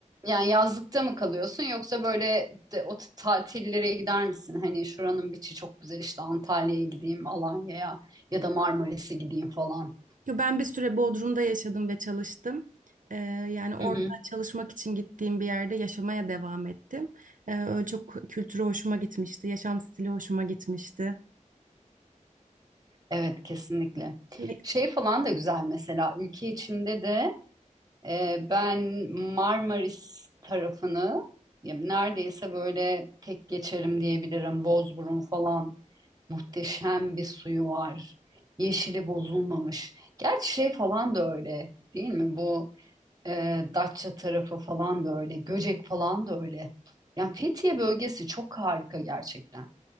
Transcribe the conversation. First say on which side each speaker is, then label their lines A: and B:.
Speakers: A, on the right; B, on the right.
A: Yani yazlıkta mı kalıyorsun yoksa böyle de, o t- tatillere gider misin? Hani şuranın biçi çok güzel işte Antalya'ya gideyim, Alanya'ya ya da Marmaris'e gideyim falan.
B: Yo, Ben bir süre Bodrum'da yaşadım ve çalıştım. Ee, yani orada
A: Hı hı.
B: çalışmak için gittiğim bir yerde yaşamaya devam ettim. Ee, öyle çok kültürü hoşuma gitmişti, yaşam stili hoşuma gitmişti.
A: Evet kesinlikle.
B: Ve
A: Şey falan da güzel mesela ülke içinde de e, ben Marmaris tarafını ya neredeyse böyle tek geçerim diyebilirim. Bozburun falan muhteşem bir suyu var. Yeşili bozulmamış. Gerçi şey falan da öyle değil mi bu? E, Datça tarafı falan da öyle. Göcek falan da öyle. Yani Fethiye bölgesi çok harika gerçekten.